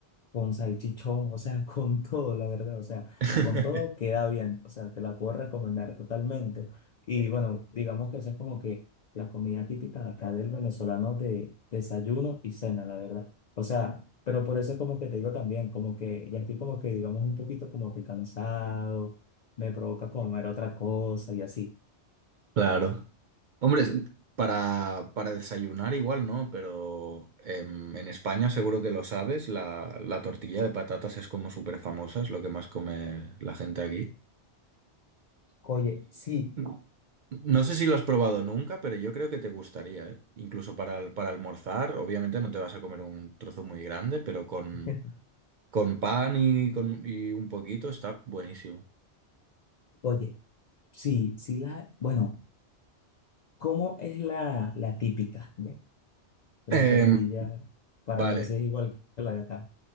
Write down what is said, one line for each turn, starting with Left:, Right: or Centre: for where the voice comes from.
Left: con salchichón, o sea, <laughs> con todo, la verdad, o sea,
Right: <laughs>
Left: con todo queda bien, o sea, te la puedo recomendar totalmente. Y bueno, digamos que esa es como que la comida típica de acá del venezolano de desayuno y cena, la verdad. O sea, pero por eso es como que te digo también, como que ya estoy como que, digamos, un poquito como que cansado, me provoca comer otra cosa y así.
Right: Claro. Hombre, es- para, para desayunar igual, ¿no? Pero em, en España seguro que lo sabes, la, la tortilla de patatas es como súper famosa, es lo que más come la gente aquí.
Left: Oye, sí.
Right: Y no sé si lo has probado nunca, pero yo creo que te gustaría, ¿eh? Incluso para, al- para almorzar, obviamente no te vas a comer un trozo muy grande, pero con,
Left: <laughs>
Right: con pan y, con, y un poquito está buenísimo.
Left: Oye, sí, sí la, bueno, ¿cómo es la, la típica? La
Right: Em,
Left: tortilla para
Right: vale.
Left: ver si es igual que la de acá.